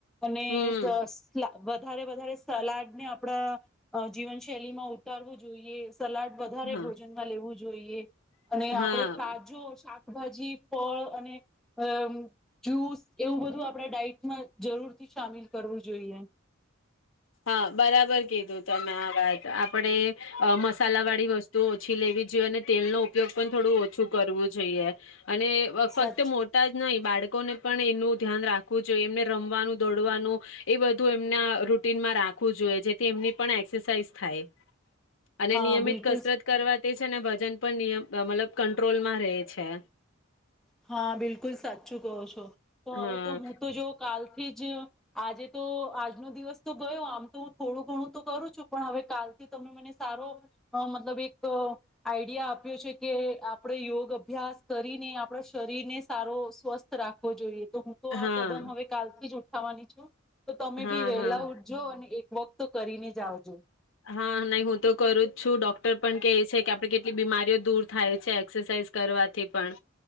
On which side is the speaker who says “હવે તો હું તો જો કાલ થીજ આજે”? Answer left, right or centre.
Centre